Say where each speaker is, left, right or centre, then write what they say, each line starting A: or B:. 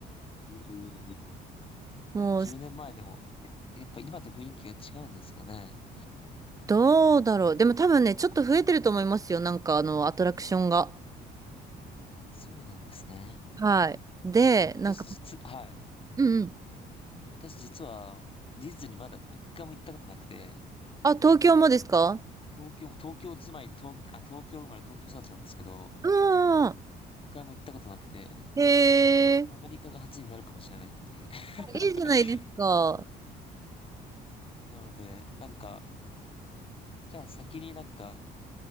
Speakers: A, on the left; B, on the right.
A: いやいやい
B: もう、
A: や10年前でも、えやっぱ今と雰囲気が違うんですかね。
B: どうだろう。でも多分ね、ちょっと増えてると思いますよ。なんかあの、アトラクションが。
A: あ、そうなんですね。
B: はい。で、
A: 私実、
B: なんか、
A: はい。
B: うんうん。
A: 私実はディズニーまだ一回も行ったことなくて、
B: あ、東京もですか
A: 東京、東京住まい、東、あ、東京生まれ東京育ちなんですけど、
B: うんうん。
A: 一回も行ったことなくて、
B: へえ、
A: アメリカが初になるかもしれないっていう。<laughs>
B: いいじゃないですか。
A: なので、なんか、じゃあ先になんか、